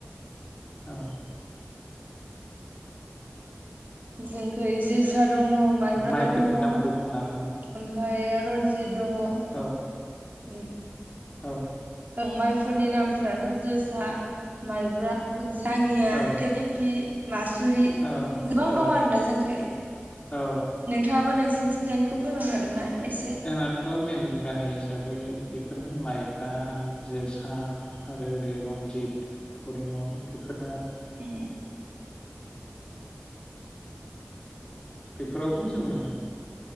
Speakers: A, on the left; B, on the right.
A: औ
B: जों <unintelligible> सा दङ माइब्रा
A: माइफोरनि
B: दङ ओमफ्रायायो
A: नामखौ बुंनो हागोन नामा?
B: रन्जित दङ <unintelligible>
A: औ औ
B: माइफोरनि नामफोरानोथ' जोसा माइब्रा आरो। दाङिया
A: औ
B: <unintelligible> मासुरि
A: औ
B: गोबां
A: औ
B: दं आरोना जोंखौ
A: औ
B: नोंथाङाबो नोंसि सिनथिंजानायखौ फोरमायनो हागोन ना? एसे
A: जोंनाथ' मेन गाहाय हिसाबै बेफोरनो माइब्रा होनजोसा आरो ओरै रन्जित परिमल बेफोरनो आरो
B: ए
A: बेफोरावबो जोङो।